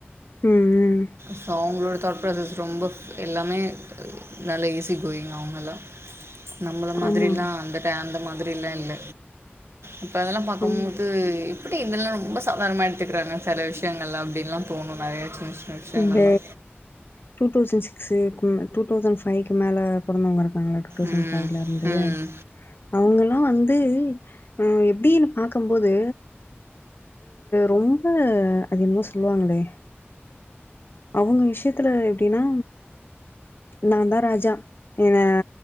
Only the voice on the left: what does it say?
ம் ம்
ஆமா
ம்
இந்த டூ தௌசண்ட் சிக்ஸ்கும் டூ தௌசண்ட் ஃபைவ்க்கு மேலே பொறந்தவங்க இருக் நாங்களா டூ தௌசண்ட்
ஃபைவ்ல இருந்து
அவ்ங்கல்லா வந்து அ எப்டின் பாக் கும் போது ரொம்ப அது என்னமோ சொல்லுவாங்களே அவ்ங்க விஷ்யத்தல எப்டின்னா நாதா ராஜா என்ன